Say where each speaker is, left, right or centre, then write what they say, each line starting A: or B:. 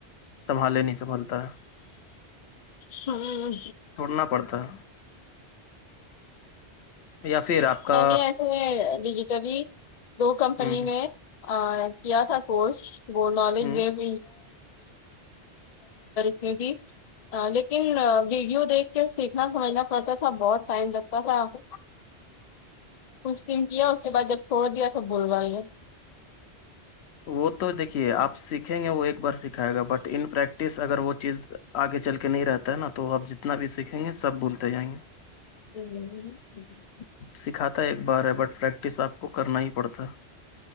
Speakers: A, on the left; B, on the left.
A: سنبھالے نہیں سنبھالتا ہے
B: ہمم
A: ڈونڈنا پڑتا ہے یا پھر آپ کا
B: آگے ایسے ڈیجٹلی دو کمپنی
A: ہوں ہوں
B: میں کیا تھا کورس وہ نالج
A: ہوں
B: گین <unintelligible> ہاں لیکن ویڈیو دیکھ کے سیکھنا سمجھنا پڑتا تھا بہت ٹائم لگتا تھا <inaudible> کچ ٹایم کیا اس کے بعد جب چھوڑ دیا سب بھول گیے
A: وہ تو دیکھیے آپ سیکھیں گے وہ ایک بار سکھائے گا بٹ ان پریکٹس اگر وہ چیز آگے چل کے نہیں رہتا ہے نا تو آپ جتنا بھی سیکھیں گے سب بھولتے جائیں گے
B: <inaudible>
A: سکھاتا ہے ایک بار ہے بٹ پریکٹس آپ کو کرنا ہی پڑتا